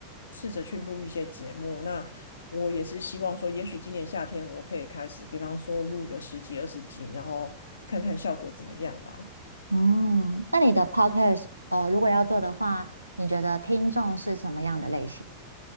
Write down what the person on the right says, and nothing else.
嗯，那你的 podcast 呃，如果要做的话，你觉得听众是什么样的类型？